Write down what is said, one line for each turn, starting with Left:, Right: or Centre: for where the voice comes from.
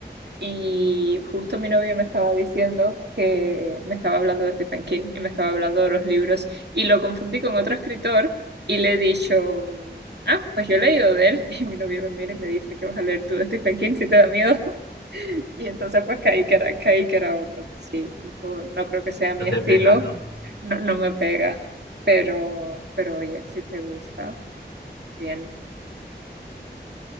Right: Y justo mi novio me estaba diciendo que me estaba hablando de Stephen King y me estaba hablando de los libros y lo confundí con otro escritor y le he dicho, mm, ah, pues yo he leído de él <laughs> y mi novio me mira y me dice que vas a leer tú de Stephen King si te da miedo. <laughs> Y entonces pues caí que era, caí que era otro. Sí, por- no creo que sea mi
Left: No
Right: estilo,
Left: te pega, ¿no?
Right: no, no me pega, pero, pero oye, si te gusta, bien.